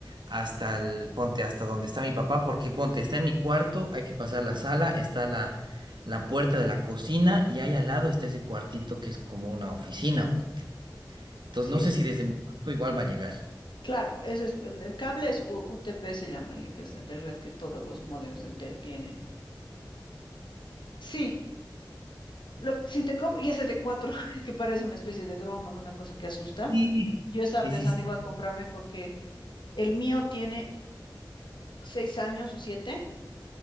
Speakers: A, on the right; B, on the left.
A: hasta el, ponte, hasta donde está mi papá? Porque ponte, está en mi cuarto, hay que pasar la sala, está la, la puerta de la cocina y ahí al lado está ese cuartito que es como una oficina, ponte. Entonces
B: Sí,
A: no sé
B: es
A: si desde mi cuarto igual va a llegar.
B: claro, ese es, el, el cable es U- UTP, se llama, el que es de, de red que todos los módems de Entel tienen. Sí, lo, si te cobro, y ese de 4 <laughs> que parece una especie de dron o una cosa que asusta.
A: Sí,
B: Yo estaba
A: sí,
B: pensando
A: sí, sí.
B: igual comprarme porque el mío tiene 6 años o 7